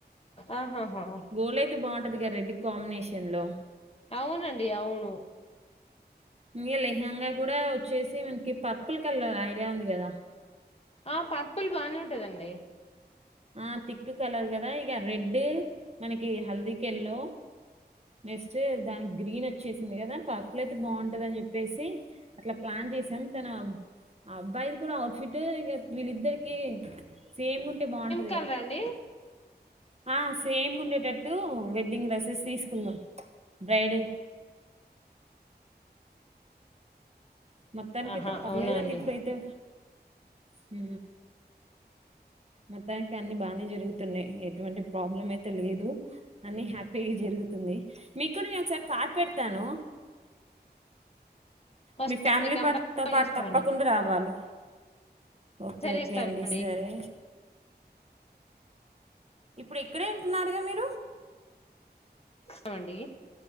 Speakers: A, on the left; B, on the right.
A: ఆహాహా
B: గోల్డ్ అయితే బాగుంటది రెడ్ కాంబినేషన్ కిచన్లో
A: అవునండి అవును
B: ఇంగ లే <unintelligible> కూడ వచ్చే ఈ పర్పుల్ కలర్ ఐడియా ఉంది కదా
A: ఆ పర్పుల్ బానే ఉంటదండి
B: ఆ తిక్ కలర్ కదా ఇగ రెడ్ మనకి హల్దీకెల్లో నెక్స్ట్ దానికి గ్రీన్ వచ్చేసింది కదా పర్పుల్ అయితే బాగుంటుందని అని చెప్పేసి అట్లా ప్లాన్ చేసాం నా ఆ అబ్బాయిలు కూడ ఔట్ ఫిట్ వీళ్ళిద్దరిక సేమ్ ఉంటే బాగున్
A: కలరా అండి
B: ఆ సేమ్ ఉండేటట్టు వెడ్డింగ్ డ్రెస్సెస్ తీసుకున్నాం బ్రైడ్ ఇ మొత్తానినికి
A: ఆహా
B: అయితే పర్లేదండి
A: అవునండి
B: ఇప్పుడైతే హ మొత్తానికి అన్ని బానే జరుగుతున్నాయి ఎ ఇటువంటి ప్రాబ్లమ్ అయి తె లేదు అన్ని హ్యాపీ జరుగుతుంది మీకుడ కాట్ పెడతాను
A: వస్తానండి
B: మీ ఫ్యామిలీ
A: కంపల్సరీ
B: పాతో పాటు
A: వస్తాను
B: తప్పకుండా రావాలి ఓకే
A: సరే
B: ఓకే
A: ఇస్తానండి
B: అండి సరే ఇప్పుడు ఇక్కడే ఉంటున్నారుగా మీరు
A: ఇష్టం అండి